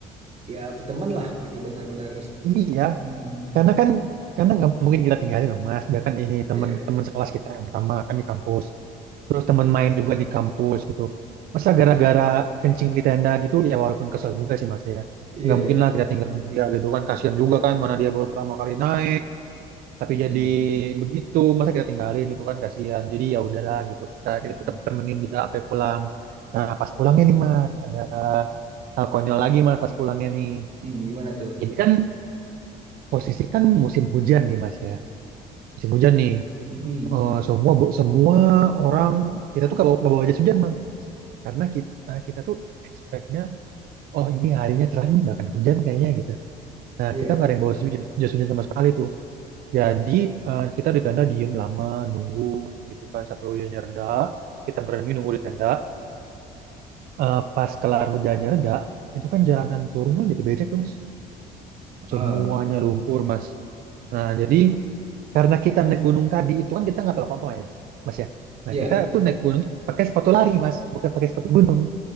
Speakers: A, on the right; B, on the right.
A: ya teman lah berarti benar-benar
B: iya
A: Mm-mm.
B: karena kan karena nggak mungkin kita tinggalin dong mas dia kan ini teman-teman
A: Iya,
B: sekelas kita yang pertama kan di kampus terus teman main juga di kampus gitu masa gara-gara kencing di tenda gitu ya walaupun kesel juga sih mas ya
A: iya,
B: nggak mungkin
A: iya.
B: lah kita tinggalin dia gitu kan kasihan juga kan mana dia baru pertama kali naik tapi
A: Mm-mm.
B: jadi begitu masa kita tinggalin gitu kan kasihan jadi ya udahlah gitu kita kita
A: Mm-mm.
B: tetap temenin dia sampai pulang nah pas pulangnya nih mas ada hal konyol lagi mas pas pulangnya nih
A: Mm, Gimana tuh?
B: jadi kan posisi kan musim hujan nih mas ya musim hujan nih
A: Mm-mm.
B: Eh, semua bu- semua orang kita tuh nggak bawa nggak bawa jas hujan mang karena kita kita tuh expectnya oh ini harinya cerah nih nggak akan hujan kayaknya gitu nah
A: Iya.
B: kita nggak ada yang bawa jas, jas hujan sama sekali tuh Jadi eh, kita di tenda diem lama nunggu gitu kan sampai hujannya reda. Kita berani nunggu di tenda. Eh, pas kelar hujannya reda, itu kan jalanan turun tuh jadi becek tuh mas.
A: Ah,
B: Semuanya lumpur mas. Nah jadi karena kita naik gunung tadi itu kan kita nggak tahu apa-apa mas. Mas ya. Nah
A: iya.
B: kita tuh naik gunung tuh pakai sepatu lari mas, bukan pakai sepatu gunung.